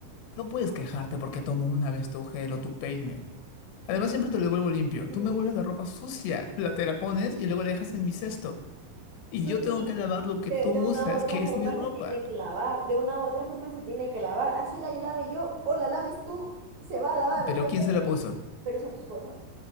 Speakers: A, on the left; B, on the right.
A: No puedes quejarte porque tomo una vez tu gel o tu peine. Además, siempre te lo devuelvo limpio.
B: Mm,
A: Tú me vuelves la ropa sucia, la te la pones y luego la dejas en mi cesto. Y
B: pues,
A: yo tengo que lavar lo que
B: De,
A: tú
B: de
A: usas,
B: una u otra
A: que
B: forma
A: es mi ropa.
B: se tiene que lavar, de una u otra forma se tiene que lavar, así la lave yo o la laves tú, se va a lavar,
A: ¿Pero
B: me-
A: quién se la puso?
B: pero son tus cosas,